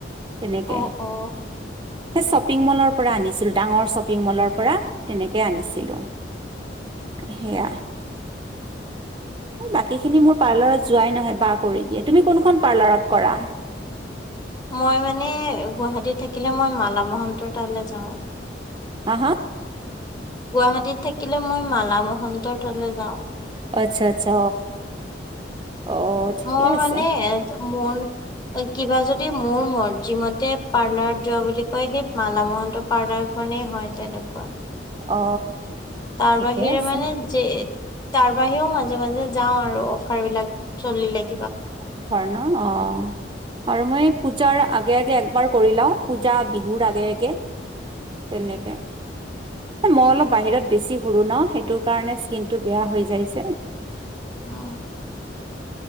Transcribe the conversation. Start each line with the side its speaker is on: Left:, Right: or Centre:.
Right: তেনেকে
Left: আহ অ।
Right: সেই শ্বপিং মলৰ পৰা আনিছিলো ডাঙৰ শ্বপিং মলৰ পৰা তেনেকে আনিছিলোঁ। সেয়া বাকী খিনি মোৰ পাৰ্লাৰৰ। যোৱাই নহয় বা কৰি দিয়ে তুমি কোনখন পাৰ্লাৰত কৰা।
Left: মই মানে গুৱাহাটীত থাকিলে মই মালা মহন্ত তালৈ যাওঁ।
Right: হা হা।
Left: গুৱাহাটীত থাকিলে মই মালা মহন্তৰ তলে যাওঁ
Right: আচ্ছা আচ্ছা অ। ঠিকে
Left: অ
Right: আছে
Left: মানে মোৰ। কিবা যদি মোৰ মৰত যিমতে পাৰ্লাৰত যোৱা বুলি কয় সেই মালা মহন্ত পাৰ্লাৰ। মনে হয় তেনেকুৱা।
Right: অ।
Left: তাৰ
Right: ঠিকে
Left: বাহিৰে
Right: আছে
Left: মানে যে তাৰ বাহিৰেও মাজে মাজে যাওঁ আৰু অফাৰ বিলাক চলি লাগিল
Right: অফাৰ ন অ আৰু মই পূজাৰ আগে আগে একবাৰ কৰি লাও পূজা বিহুৰ আগে আগে তেনেকে মই অলপ বাহিৰত বেছি ঘূুৰোঁ ন সেইটোৰ কাৰণে স্কিনটো বেয়া হৈ যাইছে
Left: অ